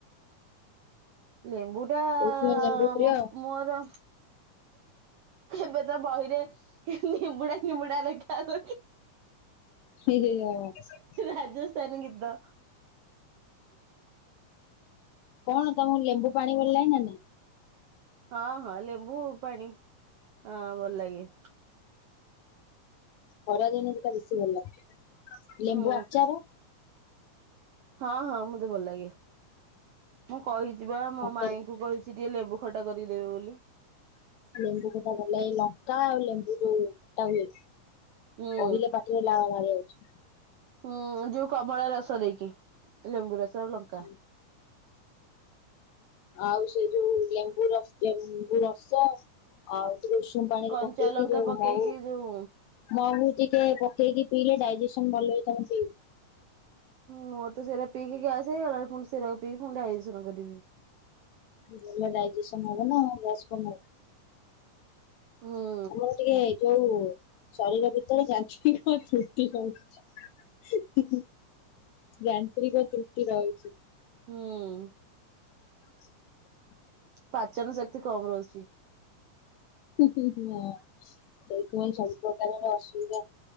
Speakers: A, on the right (about 80°); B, on the left (about 80°).
A: ଲେମ୍ବୁ ଟା
B: ସେଇଥିପାଇଁ ଲେମ୍ବୁ ପ୍ରିୟ
A: ମୋ
B: ଆଉ
A: ମୋର ଏବେ ତ ବହିରେ ନିମ୍ବୁଡା ନିମ୍ବୁଡା ଲେଖା ହେଲାଣି।
B: ହି, ହି ଆଉ କଣ?
A: ରାଜସ୍ଥାନ ଗୀତ।
B: କଣ ତୋମକୁ ଲେମ୍ବୁ ପାଣି ଭଲ ଲାଗେ ନା ନାଇ?
A: ହଁ, ହଁ ଲେମ୍ବୁ ପାଣି, ହଁ ଭଲ ଲାଗେ।
B: ଖରାଦିନେ ସେଟା ବେଶୀ ଭଲ ଲାଗେ। ଲେମ୍ବୁ
A: ହୁଁ
B: ଆଚାର?
A: ହଁ, ହଁ ମୋତେ ଭଲ ଲାଗେ। ମୁଁ କହିଚି ବା ମୋ
B: ଭାତରେ
A: ମାଇଁଙ୍କୁ କହିଛି ଟିକେ ଲେମ୍ବୁ ଖଟା କରିକି ଦେବେ ବୋଲି।
B: ଲେମ୍ବୁ ଖଟା ଭଲ ଲାଗେ। ଲଙ୍କା ଆଉ ଲେମ୍ବୁ ଯୋଉ ଟା ହୁଏ,
A: ହୁଁ
B: କହିଲେ ପାଟିରେ ଲାଳ ବାହାରି ଆଉଛି।
A: ହୁଁ, ଯୋଉ କମଳା ରସ ଦେଇକି। ଲେମ୍ବୁ ରସ ଲଙ୍କ
B: ସେଇଆ। ଆଉ ସେ ଯୋଉ ଲେମ୍ବୁ ର, ଲେମ୍ବୁ ରସ ଆଉ ଟିକେ ଉ ଷୁମ ପାଣି
A: କଞ୍ଚା
B: ରେ ପକେଇକି
A: ଲଙ୍କା
B: ଯୋଉ
A: ପକେଇକି
B: ମହୁ
A: ଯୋଉ
B: ମହୁ ଟିକେ ପକେଇକି ପିଇଲେ ଡାଇଜେସନ୍ ଭଲ ହେଇଥାଉ ପିଉ।
A: ମୋର ତ ସେରା ପିଇକି ଗ୍ୟାସ୍ ହେଇଗଲା। ପୁଣି ସେରା କୁ ପିଇକି ଡାଇଯେସନ୍ କରିବି।
B: ଭଲ ଡାଇଜେସନ୍ ହବ ନା। ଗ୍ୟାସ୍ <inaudible>
A: ହଁ।
B: ଆମର ଟିକେ ଯୋଉ ଶରୀର ଭିତରେ ଯାନ୍ତ୍ରିକ ତ୍ରୁଟି ରହୁଛି। ଯାନ୍ତ୍ରିକ ତ୍ରୁଟି ରହିଛି।
A: ହଁ।
B: <inaudible>
A: ପାଚନ ଶକ୍ତି କମ ରହୁଛି।
B: ହୁଁ, ହୁଁ, ହୁଁ, ନା। ସେଇଥିପାଇଁ ସବୁପ୍ରକାରର ଅସୁବିଧା